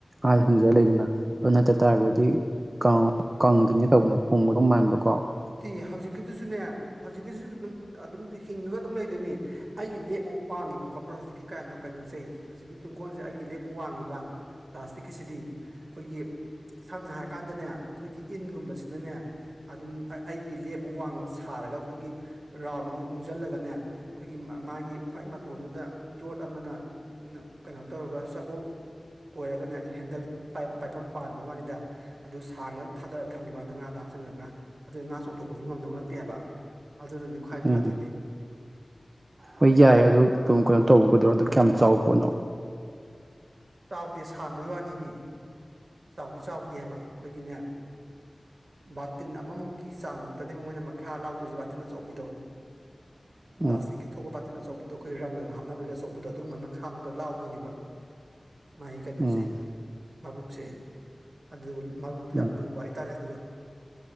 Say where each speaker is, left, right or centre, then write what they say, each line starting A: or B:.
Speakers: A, on the right; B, on the right.
A: ꯑꯥꯗ ꯍꯤꯡꯖ ꯂꯩꯗꯅ ꯑꯗꯨ ꯅꯠꯇ ꯇꯥꯔꯒꯗꯤ ꯀꯪꯉ ꯀꯪꯈꯤꯅꯦ ꯇꯧꯕꯅ ꯄꯨꯡꯒꯗꯧ ꯃꯥꯟꯕꯀꯣ
B: ꯇꯤ ꯍꯧꯖꯤꯛꯀꯤꯗꯨꯁꯨꯅꯦ ꯍꯧꯖꯤꯛꯀꯤꯗꯨꯁꯨ ꯑꯗꯨꯝ ꯑꯗꯨꯝ ꯍꯤꯡꯉꯒ ꯑꯗꯨꯝ ꯂꯩꯗꯣꯏꯅꯦ ꯑꯩꯒꯤ ꯂꯦꯞꯃꯨꯛ ꯋꯥꯡꯉꯤꯕ ꯈꯣꯕ꯭ꯔꯣ ꯍꯧꯖꯤꯛꯀꯤ ꯀꯅꯣ ꯀꯩꯅꯣꯁꯦ ꯍꯧꯖꯤꯛꯀꯤ ꯇꯨꯡꯈꯣꯟꯁꯦ ꯑꯩꯒꯤ ꯂꯦꯞꯃꯨꯛ ꯋꯥꯡꯉꯤꯕ ꯄ꯭ꯂꯥꯁꯇꯤꯛꯀꯤꯁꯤꯗꯤ ꯑꯩꯈꯣꯏꯒꯤ ꯁꯝꯅ ꯍꯥꯏꯔꯀꯥꯟꯗꯅꯦ ꯑꯩꯈꯣꯏꯒꯤ ꯏꯟꯒꯨꯝꯕꯁꯤꯅꯅꯦ ꯑꯗꯨꯝ ꯑꯩꯒꯤ ꯂꯦꯞꯃꯨꯛ ꯋꯥꯡꯃꯅ ꯁꯥꯔꯒ ꯑꯩꯈꯣꯏꯒꯤ ꯔꯥꯎꯟ ꯑꯣꯏꯅ ꯎꯟꯁꯤꯜꯂꯒꯅꯦ ꯑꯩꯈꯣꯏꯒꯤ ꯃꯥꯒꯤ ꯈ꯭ꯋꯥꯏ ꯃꯇꯣꯟꯗꯨꯗ ꯌꯣꯠ ꯑꯃꯅ ꯀꯩꯅꯣ ꯇꯧꯔꯒ ꯆꯒꯣꯛ ꯀꯣꯏꯔꯒꯅ ꯍꯦꯟꯗꯜ ꯄꯥꯏꯐꯝ ꯄꯥꯟꯕꯩ ꯋꯥꯅꯤꯗ ꯑꯗꯨ ꯁꯥꯡꯅ ꯑꯗꯨꯝ ꯊꯥꯗꯔ ꯊꯝꯈꯤꯕꯗ ꯉꯥꯗ ꯍꯥꯞꯆꯟꯒꯔꯒ ꯑꯗꯨ ꯉꯥ ꯆꯣꯡꯊꯣꯛꯄꯁꯨ ꯉꯝꯗꯧ ꯅꯠꯇꯦ ꯍꯥꯏꯕ ꯑꯗꯨꯅꯅꯤ ꯈ꯭ꯋꯥꯏ
A: ꯎꯝ
B: ꯐꯗꯣꯏꯅꯤ
A: ꯍꯣꯏ ꯌꯥꯏꯌꯦ ꯑꯗꯨꯗ ꯑꯗꯨꯝ ꯀꯩꯅꯣ ꯇꯧꯕꯒꯗ꯭ꯔꯣ ꯑꯗꯨ ꯀꯌꯥꯝ ꯆꯥꯎꯕ ꯄꯣꯠꯅꯣ
B: ꯆꯥꯎꯗꯦ ꯁꯥꯡꯕꯩ ꯋꯥꯅꯤ ꯃꯤ ꯆꯥꯎꯗꯤ ꯆꯥꯎꯗꯦ ꯍꯥꯏꯕ ꯑꯩꯈꯣꯏꯒꯤꯅꯦ ꯕꯥꯇꯤꯟ ꯑꯃꯃꯨꯛꯀꯤ ꯆꯥꯡ ꯃꯨꯛꯇꯅꯦꯕ ꯃꯣꯏꯅ ꯃꯈꯥ ꯂꯥꯎꯗꯣꯏꯁꯤ ꯕꯥꯇꯤꯟ ꯑꯆꯧꯕꯤꯗꯣ
A: <unintelligible>
B: ꯄ꯭ꯂꯥꯁꯇꯤꯛꯀꯤ ꯊꯣꯛꯄ ꯄꯥꯇꯤꯟ ꯑꯆꯧꯕꯗꯣ ꯑꯩꯈꯣꯏ ꯔꯪꯒ ꯍꯥꯞꯅꯕꯒꯤ ꯑꯆꯧꯕꯗꯣ ꯑꯗꯨꯒꯨꯝꯕ ꯃꯈꯥ ꯃꯨꯇ ꯂꯥꯎꯗꯣꯏꯅꯦꯕ ꯃꯥꯒꯤ ꯀꯩꯅꯣꯁꯦ
A: ꯎꯝ
B: ꯃꯥꯕꯨ ꯁꯦ ꯑꯗꯨ ꯃꯕꯨꯛꯇꯨ
A: ꯎꯝ
B: ꯌꯥꯝ ꯂꯨꯕ ꯍꯥꯏꯇꯥꯔꯦ ꯑꯗꯨꯒ